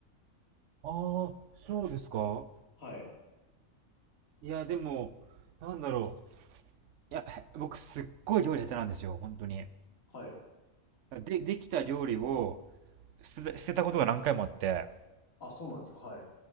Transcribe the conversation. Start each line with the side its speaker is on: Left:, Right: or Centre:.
Right: ああ、そうですか
Left: はい。
Right: いや、でも、なんだろう。いや、僕すっごい料理下手なんですよ、本当に。
Left: はい。
Right: で、できた料理を捨てた、捨てたことが何回もあって、
Left: あ、そうなんですか。はい。